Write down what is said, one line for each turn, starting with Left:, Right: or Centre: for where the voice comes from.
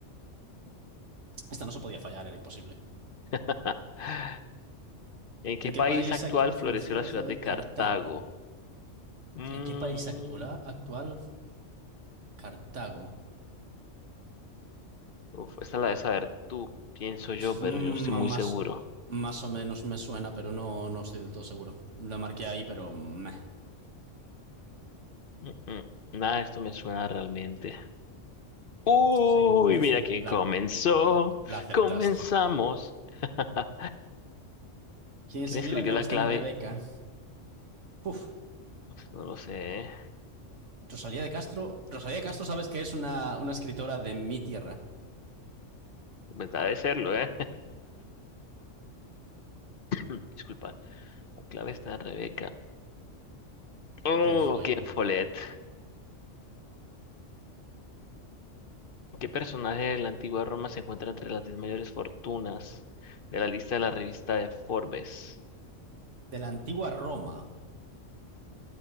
Right: Esta no se podía fallar, era imposible.
Left: <laughs> ¿En qué
Right: ¿En
Left: país
Right: qué país
Left: actual
Right: actual floreció
Left: floreció la
Right: la
Left: ciudad
Right: ciudad
Left: de
Right: de
Left: Cartago?
Right: Cartago?
Left: Mm,
Right: ¿En qué país actual, actual Cartago?
Left: uf, esta la debes saber tú, pienso yo, pero
Right: Mm,
Left: yo no estoy muy
Right: más,
Left: seguro.
Right: más o menos me suena, pero no, no estoy del todo seguro. La marqué ahí, pero meh,
Left: Mm, mm, Nada de esto me suena realmente. Uy,
Right: soy imbécil.
Left: mira quién
Right: La,
Left: comenzó.
Right: la acertaste.
Left: Comenzamos. <laughs>
Right: ¿Quién escribió
Left: ¿Quién escribió
Right: la clave
Left: la
Right: está
Left: clave?
Right: en Rebeca? Uf,
Left: Uf, No lo sé. ¿eh?
Right: Rosalía de Castro, Rosalía de Castro, sabes que es una, una escritora de mi tierra,
Left: Pues debe serlo, ¿eh? <laughs> Disculpa. La clave está en Rebeca. Oh,
Right: Ken Follett,
Left: quién Follett. ¿Qué personaje de la antigua Roma se encuentra entre las 10 mayores fortunas de la lista de la revista de Forbes?
Right: de la antigua Roma.